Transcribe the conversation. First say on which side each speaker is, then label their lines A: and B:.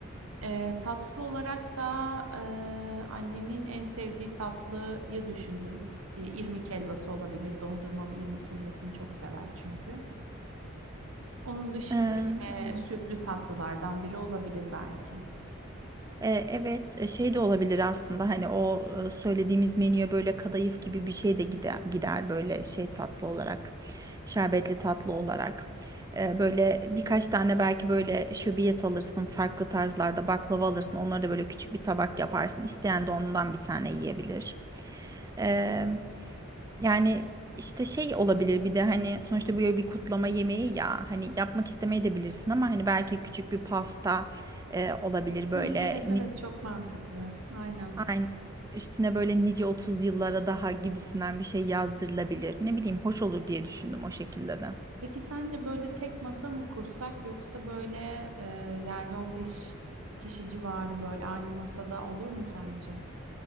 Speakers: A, on the right; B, on the right.
A: E, tatlı olarak da e, annemin en sevdiği tatlıyı düşündüm. E, irmik helvası olabilir. Dondurmalı irmik helvasını çok sever çünkü. Onun dışında
B: Eee,
A: yine
B: evet.
A: sütlü tatlılardan biri olabilir belki.
B: E, Evet, e, şey de olabilir aslında hani o e, söylediğimiz menüye böyle kadayıf gibi bir şey de gider, gider böyle şey tatlı olarak, şerbetli tatlı olarak. E, Böyle birkaç tane belki böyle şöbiyet alırsın, farklı tarzlarda baklava alırsın, onları da böyle küçük bir tabak yaparsın. İsteyen de ondan bir tane yiyebilir. E, yani işte şey olabilir bir de hani sonuçta böyle bir kutlama yemeği ya hani yapmak istemeyebilirsin ama hani belki küçük bir pasta e, olabilir böyle
A: Hı, evet evet çok mantıklı. Aynen.
B: Aynen. Üstüne böyle nice 30 yıllara daha gibisinden bir şey yazdırılabilir. Ne bileyim hoş olur diye düşündüm o şekilde de.
A: Peki sence böyle tek masa mı kursak yoksa böyle e, yani 15 kişi civarı böyle aynı masada olur mu sence?